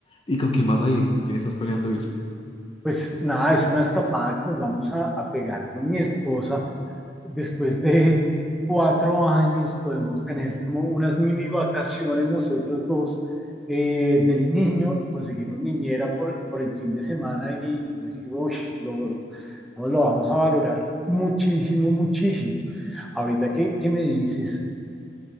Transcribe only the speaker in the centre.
Pues nada, es una escapada que nos vamos a, a pegar con mi esposa después de cuatro años podemos tener como unas mini vacaciones nosotros dos eh, del niño, conseguimos niñera por, por el fin de semana y uy, uy, lo, no, lo vamos a valorar muchísimo, muchísimo. Ahorita que, que me dices